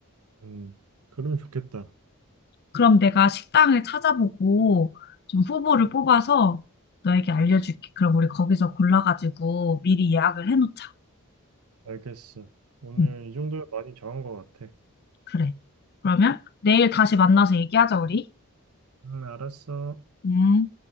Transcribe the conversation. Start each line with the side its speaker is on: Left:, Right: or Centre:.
Right: 음, 그러면 좋겠다.
Left: 그럼 내가 식당을 찾아보고 좀 후보를 뽑아서 너에게 알려줄게. 그럼 우리 거기서 골라가지고 미리 예약을 해놓자.
Right: 알겠어. 오늘
Left: 음,
Right: 이 정도면 많이 정한 것 같아.
Left: 그래. 그러면 내일 다시 만나서 얘기하자, 우리.
Right: 음, 알았어.
Left: 음.